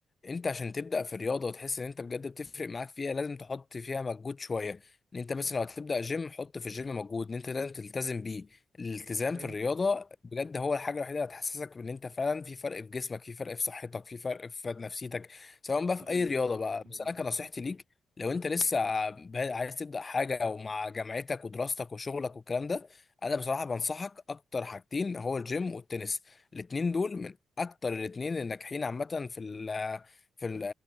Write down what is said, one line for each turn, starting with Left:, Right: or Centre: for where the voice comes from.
Left: انت عشان تبدا في الرياضه وتحس ان انت بجد بتفرق معاك فيها لازم تحط فيها مجهود شويه ان انت مثلا لو هتبدا جيم حط في الجيم مجهود ان انت لازم تلتزم بيه الالتزام
Right: فهمت
Left: في الرياضه بجد هو الحاجه الوحيده اللي هتحسسك بان انت فعلا في فرق في جسمك في فرق في صحتك في فرق في نفسيتك سواء بقى في
Right: ايوه
Left: اي رياضه بقى
Right: ايوه
Left: بس انا كنصيحتي ليك لو انت لسه بادئ- عايز تبدا حاجه او مع جامعتك ودراستك وشغلك والكلام ده انا بصراحه بنصحك اكتر حاجتين هو الجيم والتنس الاتنين دول من اكتر الاتنين الناجحين عامه في في ال